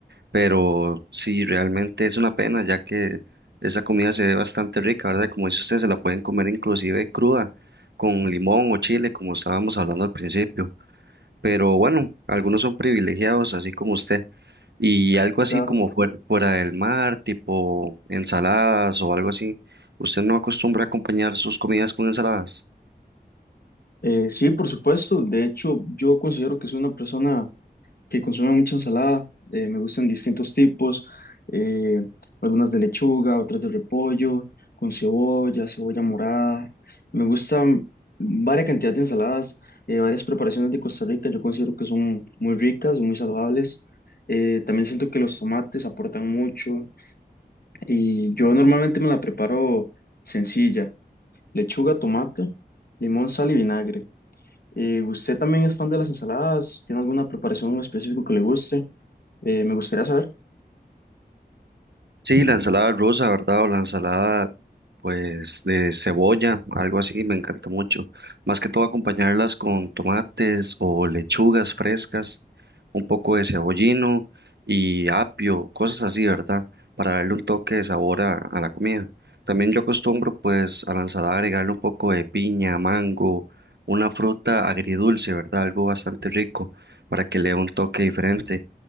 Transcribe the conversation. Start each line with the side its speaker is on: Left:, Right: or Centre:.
Right: Pero sí, realmente es una pena, ya que esa comida se ve bastante rica, ¿verdad? Y Como dice usted, se la pueden comer inclusive cruda, con limón o chile, como estábamos hablando al principio. Pero bueno, algunos son privilegiados, así como usted. Y algo así
Left: Claro.
Right: como fuera, fuera del mar, tipo ensaladas o algo así. ¿Usted no acostumbra a acompañar sus comidas con ensaladas?
Left: Eh, sí, por supuesto. De hecho, yo considero que soy una persona que consume mucha ensalada. Eh, me gustan distintos tipos, eh, algunas de lechuga, otras de repollo, con cebolla, cebolla morada. Me gustan varias cantidades de ensaladas, eh, varias preparaciones de Costa Rica. Yo considero que son muy ricas y muy saludables. Eh, también siento que los tomates aportan mucho. Y yo normalmente me la preparo sencilla, lechuga, tomate, limón, sal y vinagre. Eh, ¿usted también es fan de las ensaladas? ¿Tiene alguna preparación en específico que le guste? Eh, me gustaría saber.
Right: Sí, la ensalada rusa, ¿verdad? O la ensalada, pues, de cebolla, algo así, me encanta mucho. Más que todo acompañarlas con tomates o lechugas frescas, un poco de cebollino y apio, cosas así, ¿verdad? Para darle un toque de sabor a, a la comida. También yo acostumbro, pues, a la ensalada agregarle un poco de piña, mango, una fruta agridulce, ¿verdad? Algo bastante rico para que le dé un toque diferente.